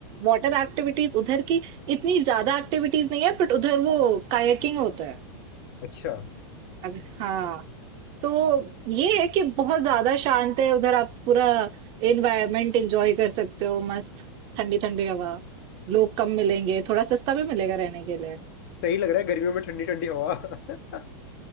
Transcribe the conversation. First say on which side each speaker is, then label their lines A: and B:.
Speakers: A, on the right (about 40°); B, on the left (about 60°).
A: वाटर एक्टिविटीज उधर की इतनी ज्यादा एक्टिविटीज नहीं है बट उधर वो कायाकिंग होता है
B: अच्छा
A: अगर हाँ, तो ये है कि बहुत ज़्यादा शांत है उधर आप पूरा एनवायरनमेंट एंजॉय कर सकते हो मस्त ठंडी ठंडी हवा लोग कम मिलेंगे थोड़ा सस्ता भी मिलेगा रहने के लिए
B: सही लग रहा है गर्मियों में ठंडी ठंडी हवा <laughs>